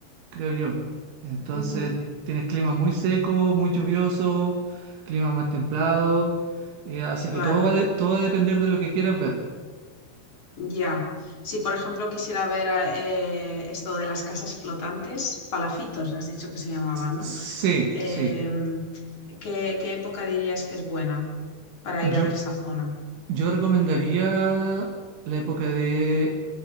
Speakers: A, on the right; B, on the left.
A: creo yo. Entonces,
B: ujú,
A: tienes clima muy seco, muy lluvioso, clima más templado, eh, así
B: Claro,
A: que todo va, de- todo va a depender de lo que quieras ver.
B: ya. Si, por ejemplo, quisiera ver eh, esto de las casas flotantes, palafitos, has dicho que se llamaban,
A: Sí,
B: ¿no? Em,
A: sí.
B: ¿qué, qué época dirías que es buena para
A: Yo,
B: ir a ver esa zona?
A: yo recomendaría la época de